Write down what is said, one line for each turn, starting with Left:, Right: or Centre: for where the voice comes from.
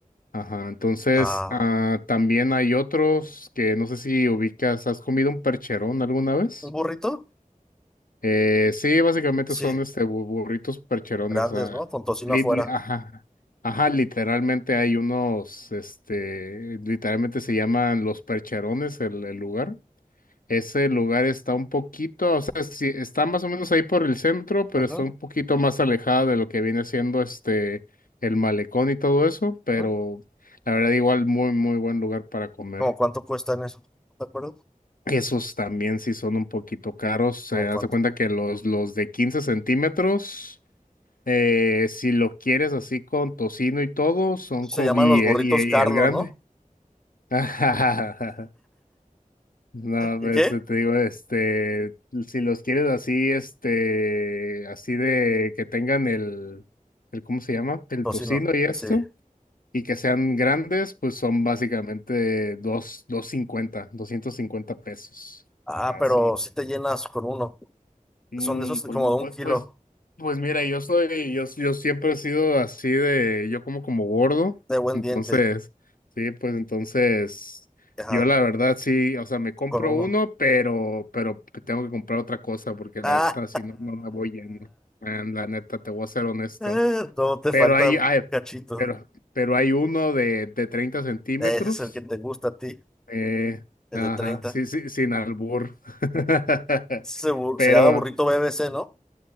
Left: Ajá, entonces
Centre: Ah,
Left: ah, también hay otros que no sé si ubicas, ¿has comido un percherón alguna vez?
Centre: ¿un burrito?
Left: Eh, sí, básicamente
Centre: Sí,
Left: son este bu- burritos percherones,
Centre: grandes,
Left: ah,
Centre: ¿no? Con tocino
Left: li-
Centre: afuera.
Left: li- ajá, ajá, literalmente hay unos, este, literalmente se llaman los percherones el, el lugar. Ese lugar está un poquito, o sea, sí, está más o menos ahí por el centro, pero
Centre: Ujú,
Left: está un poquito más alejada de lo que viene siendo este el malecón y todo eso, pero
Centre: ujú.
Left: la verdad igual muy muy buen lugar para comer.
Centre: ¿Cómo cuánto cuestan eso? ¿Te acuerdas?
Left: Esos también sí son un poquito caros. Se
Centre: Como
Left: hace
Centre: cuánto.
Left: cuenta que los, los de 15 centímetros, eh, si lo quieres así con tocino y todo, son
Centre: Se
Left: co-
Centre: llaman
Left: y,
Centre: los burritos
Left: y,
Centre: Carlo,
Left: y el grande.
Centre: ¿no?
Left: <laughs> No,
Centre: ¿Y
Left: pues
Centre: qué?
Left: te digo, este, si los quieres así, este, así de que tengan el, el, ¿cómo se llama? El
Centre: Tocino,
Left: tocino y esto,
Centre: sí. no, sí.
Left: y que sean grandes, pues son básicamente dos, dos cincuenta, doscientos cincuenta pesos.
Centre: Ah,
Left: Así.
Centre: pero si te llenas con uno.
Left: Mm,
Centre: Son de esos
Left: pues,
Centre: como
Left: mi-
Centre: de
Left: pues,
Centre: un kilo
Left: pues, pues mira, yo soy, yo, yo siempre he sido así de, yo como como gordo,
Centre: de buen
Left: entonces,
Centre: diente.
Left: sí, pues entonces,
Centre: Ajá,
Left: yo la verdad sí, o sea, me compro
Centre: con uno.
Left: uno, pero, pero tengo que comprar otra cosa porque
Centre: Ah,
Left: la neta sí no, no la voy yendo, la neta, te voy a ser honesto,
Centre: <laughs> todo te
Left: pero
Centre: falta
Left: hay,
Centre: un
Left: hay,
Centre: cachito.
Left: pero, pero hay uno de, de 30 centímetros,
Centre: Ese es el que te gusta a ti,
Left: eh,
Centre: el
Left: ajá,
Centre: de 30.
Left: sí, sí, sin albur, <laughs>
Centre: Ese bu-
Left: pero...
Centre: se llama burrito BBC, ¿no?